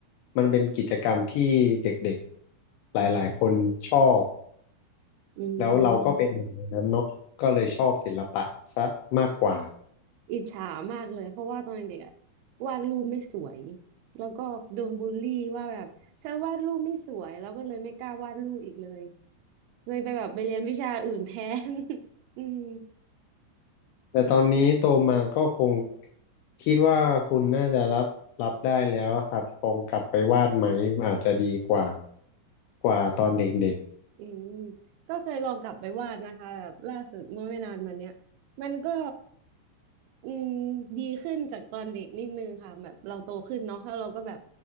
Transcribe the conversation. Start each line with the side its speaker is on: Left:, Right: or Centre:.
Left: มันเป็นกิจกรรมที่เด็กๆหลายๆคนชอบ
Right: อืม
Left: แล้วเราก็เป็นหนึ่งในนั้นเนาะก็เลยชอบศิลปะซะมากกว่า
Right: อิจฉามากเลยเพราะว่าตอนเด็กอะวาดรูปไม่สวยแล้วก็โดนบูลลี่ว่าแบบเธอวาดรูปไม่สวยแล้วก็เลยไม่กล้าวาดรูปอีกเลยเลยไปแบบไปเรียนวิชาอื่นแทน <laughs> อืม
Left: แต่ตอนนี้โตมาก็คงคิดว่าคุณน่าจะรับรับได้แล้วอะครับคงกลับไปวาดไหมอาจจะดีกว่ากว่าตอนเด็กๆ
Right: อืมก็เคยลองกลับไปวาดนะคะแบบล่าสุดเมื่อไม่นานมาเนี้ยมันก็อืมดีขึ้นจากตอนเด็กนิดนึงค่ะแบบเราโตขึ้นเนาะแล้วเราก็แบบ